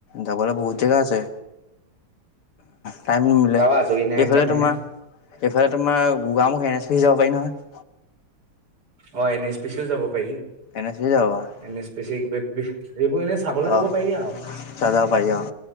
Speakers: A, on the left; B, on the right.
A: যাবলৈ বহুত জেগা আছে। টাইম নিমিলে
B: কাৰো আজৰি নাই
A: এইফালে
B: কাৰণেহে
A: তোমাৰ। এইফালে তোমাৰ গুগা মোখ এন এছ পি চি যাব পাৰি নহয়।
B: অঁ', এন এছ পি চিও যাব পাৰি।
A: <unintelligible>
B: এনেছ পিচি এইবোৰ এনে চাবলৈ যাব
A: অ',
B: পাৰি আৰু।
A: তাত যাব পাৰি অ',